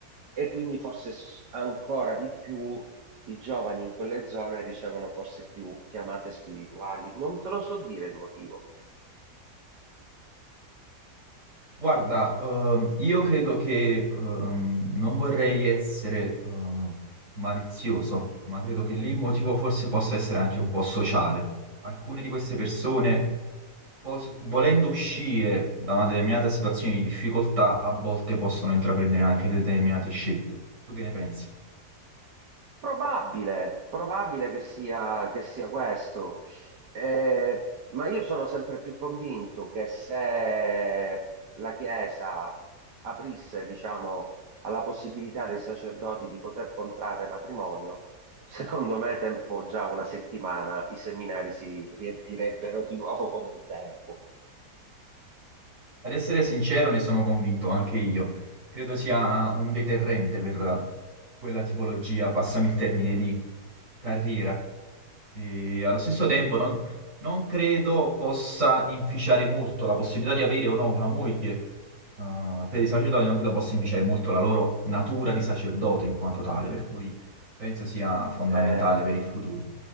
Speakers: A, on the right (about 75°); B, on the right (about 45°).
A: e quindi forse s- ancora di più i giovani in quelle zone ricevono forse più chiamate spirituali. Non te lo so dire il motivo.
B: Guarda, ehm, io credo che ehm, non vorrei essere eh, malizioso, ma credo che lì il motivo forse possa essere anche un po' sociale. Alcune di queste persone, pos- volendo uscire da una determinata situazione di difficoltà, a volte possono intraprendere anche determinate scelte. Tu che ne pensi?
A: Probabile, probabile che sia, che sia questo, Eh, ma io sono sempre più convinto che se la Chiesa aprisse, diciamo, alla possibilità dei sacerdoti di poter contrarre matrimonio, secondo me, tempo già una settimana, i seminari si riempirebbero di nuovo come un tempo.
B: Ad essere sincero, ne sono convinto anche io. Credo sia un deterrente per quella tipologia, passami il termine, carriera. E allo stesso tempo non, non credo possa inficiare molto la possibilità di avere o no una moglie. eh, per i sacerdoti non credo possa inficiare molto la loro natura di sacerdote in quanto tale, per cui penso sia fondamentale
A: Eh,
B: per il futuro.